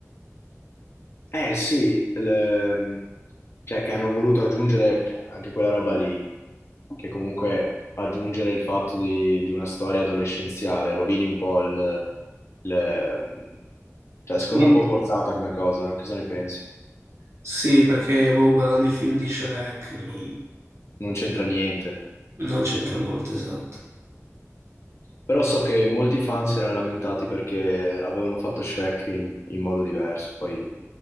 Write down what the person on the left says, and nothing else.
Eh sì, le- cioè che hanno voluto aggiungere cioè, anche quella roba lì, che comunque aggiungere il fatto di, di una storia adolescenziale rovini un po' il... il- cioè
secondo me è un po' forzata come cosa, cosa ne pensi?
Non c'entra niente.
Però so che molti fan si erano lamentati perché avevano fatto Shrek in, in modo diverso, poi